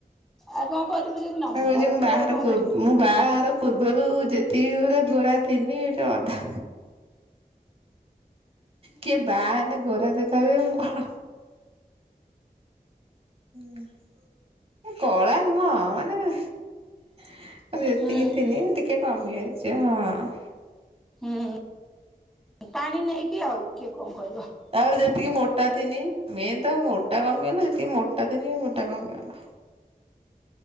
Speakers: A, in the centre; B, on the right.
A: ଆଉ କଣ କରିବୁ ଯଦି ନ ମିଳିଲା
B: କହୁଛି
A: କତୁରୁ
B: ମୁଁ ବାହାଘର
A: ଆଉ କଣ
B: ପୂର୍ବ
A: କରିବୁ।
B: ମୁଁ ବାହାଘର ପୂର୍ବରୁ ଯେତିକି ପୁରା ଗୋରା ଥିଲି ଏଠି ଅଧା କିଏ ବାହା ହେନେଗୋରା ଦେଖାହୁଏ ମୂ କଳା ହୁଁ ମୁଁ କଳା ନୁହଁ ମାନେ ଏତିକି
A: ହୁଁ
B: ଥିଲି। ଟିକେ କମିଯାଇଛି ହଁ।
A: ହୁଁ ପାଣି ନେଇକି ଆଉ କିଏ କଣ କହିବ।
B: ତାପରେ ଯେତିକି ମୋଟା ଥିନି ମେନ୍ ତ ମୋଟା କମି ଗଲା ଯେତିକି ମୋଟା ଥିନି ମୋଟା କମିଗଲା।